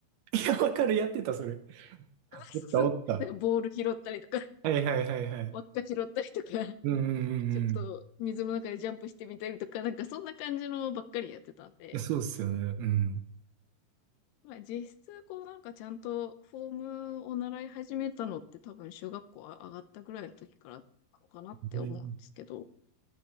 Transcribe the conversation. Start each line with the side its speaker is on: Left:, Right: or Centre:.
Right: い。いや、わかる、やってた、それ。
Left: <laughs>
Right: おったおった。
Left: なんかボール拾ったりとか、
Right: はいはいはいはい。
Left: <laughs> 輪っか拾ったりとか、
Right: うんうんうんうん。
Left: ちょっと水の中でジャンプしてみたりとか、なんかそんな感じのばっかりやってたんで、
Right: やそうですよね。うん。
Left: まあ、実質、こうなんかちゃんとフォームを習い始めたのって多分小学校上がったぐらいの時からかなって思うんですけど、
Right: うん